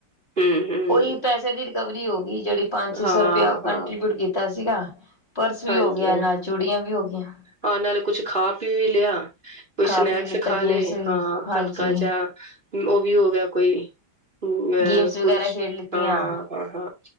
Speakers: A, on the right; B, on the left.
A: ਹੂੰ-ਹੂੰ
B: ਉਹੀ ਪੈਸੇ ਦੀ ਰਿਕਵਰੀ ਹੋ ਗਈ ਜਿਹੜੀ ਪੰਜ ਛੇ
A: ਹਾਂ-ਹਾਂ
B: ਸੌ ਰੁਪਇਆ ਕੰਟਰੀਬਿਊਟ ਕੀਤਾ ਸੀਗਾ। ਪਰਸ ਵੀ
A: ਹਾਂਜੀ-ਹਾਂਜੀ
B: ਹੋ ਗਿਆ
A: ਹਾਂ ਹਾਂਜੀ, ਹਾਂਜੀ।
B: ਨਾਲ ਚੂੜੀਆਂ ਵੀ ਹੋ ਗਈਆਂ।
A: ਹਾਂ ਨਾਲ ਕੁਛ ਖਾ ਪੀ ਵੀ ਲਿਆ ਕੋਈ
B: ਖਾ
A: ਸਨੈਕਸ
B: ਪੀ ਵੀ ਲਿੱਤਾ
A: ਖਾ
B: ਗੇਮਸ
A: ਲਏ
B: ਵੀ
A: ਹਾਂ
B: ਹਾਂਜੀ
A: ਹਲਕਾ ਜਿਹਾ। ਉਹ ਵੀ ਹੋ ਗਿਆ ਕੋਈ ਅ
B: ਗੇਮਸ ਵਗੈਰਾ
A: ਕੁਛ
B: ਖੇਡ ਲਿੱਤੀਆਂ
A: ਹਾਂ ਹਾਂ ਹਾਂ।